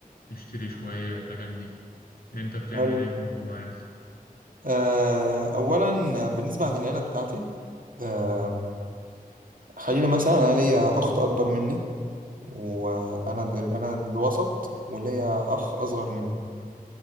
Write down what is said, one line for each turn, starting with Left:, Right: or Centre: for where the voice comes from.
Left: نشتري شويه الحاجات دي انت بتعمل
Right: حلو
Left: ايه برضه مع عيلتك
Right: آه اولا آه، بالنسبه عن العيله بتاعتي آه خلينا مثلا انا ليا اخت اكبر مني وانا دل انا الوسط وليا اخ اصغر مني